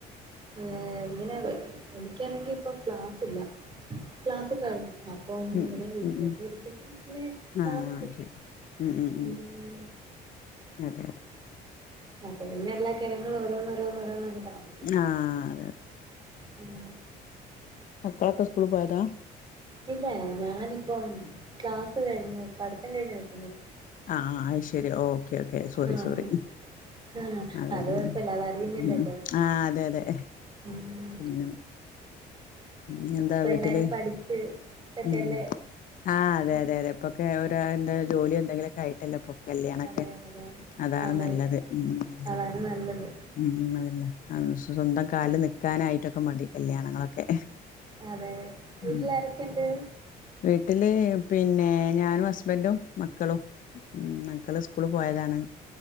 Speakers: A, on the right; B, on the left.
A: ഏ ഇങ്ങനെ എനിക്കാണെങ്കി ഇപ്പൊ ക്ലാസ്സില്ല ക്ലാസ് കഴിഞ്ഞു അപ്പം
B: ഉ
A: ഇങ്ങനെ വീട്ടിലൊക്കെ
B: ഉ ഉ
A: ഇരിക്കുമ്പം പിന്നെ
B: ഉ ആഹ്
A: താമസിക്കും
B: ശെരി ഉ ഉ ഉ
A: ഉം
B: അതെയതെ
A: അപ്പ പിന്നെ എല്ലാ കാര്യങ്ങളും ഓരോന്നോരോന്നോരോന്ന് താവും
B: ആഹ് അതെ
A: ഉം
B: മക്കളൊക്കെ സ്കൂള് പോയതാ
A: ഇല്ല ഞാനിപ്പം ക്ലാസ് കഴിഞ്ഞ് പട്ത്തം കഴിഞ് നി
B: ആഹ് അത് ശെരി ഓക്കെ ഓക്കെ സോറി
A: ആഹ്
B: സോറി
A: ആഹ്
B: അതെ
A: അത് കൊഴപ്പല്ല
B: ഉം
A: അതറിയുന്നില്ലല്ലോ
B: ഉം ആഹ് അതെ അതെ
A: ഉം
B: പിന്ന ഉം ഞ്ഞി എന്താ
A: ഇപ്പ
B: വീട്ടില്
A: എല്ലാരും പഠിച്ച് ട്ടൊക്കെല്ലേ
B: ഉം ആഹ് അതെ
A: ഉം
B: അതെ അതെ ഇപ്പൊക്കെ ഒര് എന്താ ജോലിയോ എന്തെങ്കിലൊക്കായിട്ടല്ലെ പ്പൊ കല്യാണൊക്കെ
A: അതെ അതെ
B: അതാണ്
A: അതെ
B: നല്ലത് ഉം ഉം
A: അതാണ്
B: അതന്നെ
A: നല്ലത്
B: ഉം ഉം അതന്നെ അഹ് സ്വന്തം കാലില് നിൽക്കാനായിട്ടൊക്കെ മതി കല്യാണങ്ങളൊക്കെ
A: അതെ വീട്ടിൽ
B: ഉം
A: ആരൊക്കെണ്ട്
B: വീട്ടില് പിന്നെ ഞാനും ഹസ്ബന്റും മക്കളും. ഉം മക്കള് സ്കൂള് പോയതാണ്